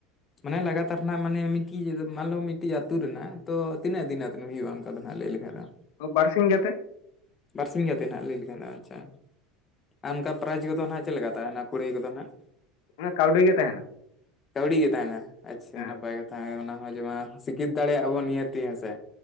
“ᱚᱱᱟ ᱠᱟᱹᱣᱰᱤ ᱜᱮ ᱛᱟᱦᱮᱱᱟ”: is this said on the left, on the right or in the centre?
Left